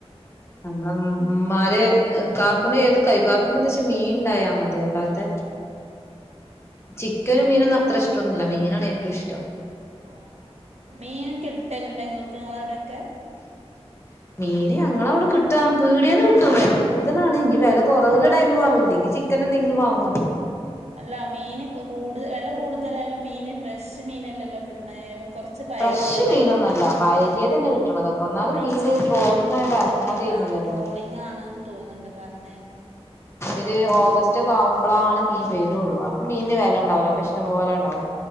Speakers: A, on the left (about 25°); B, on the right (about 80°).
A: നമ്മള ഇമ്മാര് കാക്കൂനെ ഏതും കഴികും കാക്കൂനെ എന്ത ച്ചാ മീൻണ്ടായാൽ മതി അല്ലാത്തെ ചിക്കനും
B: ഇപ്പം
A: മീനൊന്നും അത്ര ഇഷ്ട്ടൊന്നുല്ല മീനാണ് ഏറ്റവും ഇഷ്ടം
B: ആ ആ മീൻ കിട്ടല്ണ്ട നിങ്ങൾക്ക് ങ്ങള അവിടൊക്കെ
A: <inaudible> മീന് ഞങ്ങളവടെ കിട്ടാം പീടിയന്ന് കിട്ടും വെല കൂടുതലാണ് ഇനി വെല കൊറവില്ലെ ടൈമില് വാങ്ങും ഇല്ലെങ്കിൽ ചി- ക്കനെന്തെങ്കിലും വാങ്ങും
B: അല്ല മീന് കൂടു വെല കൂടുതലായാലും മീന് ഫ്രഷ് മീനല്ലല്ലോ ല്ലല്ലോ കിട്ട്ണത് കൊറച്ച് പഴകിയതായിട്ടാണ്
A: ഫ്രഷ് മീനൊന്നല്ല പഴകിയതന്നെ
B: ഉം
A: കിട്ടണതൊക്കെ ഒന്നാമത്
B: ഐസ്
A: മീന്
B: ല്
A: ട്രോളിംഗ്
B: ഇപ്പൊ
A: ആയോണ്ട്
B: ട്രോളി
A: എറക്കുമതി ചെയ്യുന്നില്ലല്ലോ
B: ആ ട്രോളിംഗാണ്ന്ന് തോന്ന്ണ്ട് പറഞ്ഞയ്ക്ക
A: ഇ ഒരു ഓഗസ്റ്റ് ഒക്കാകുമ്പോളാണ് മീ വരോള്ളു അപ്പം മീന് ന് വെലണ്ടാവില്ല അപ്പൊ ഇഷ്ടം പോലെണ്ടാവും